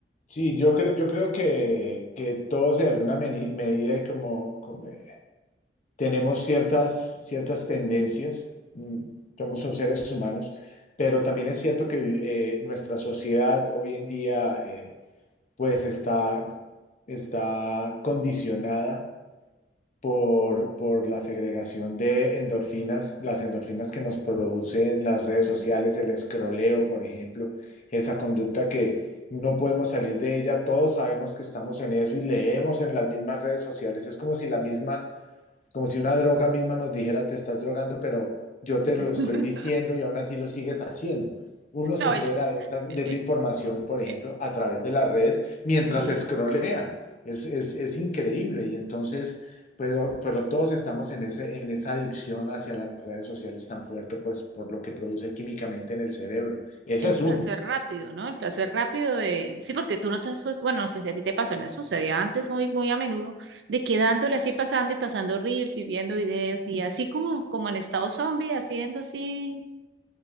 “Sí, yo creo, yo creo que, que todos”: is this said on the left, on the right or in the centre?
Left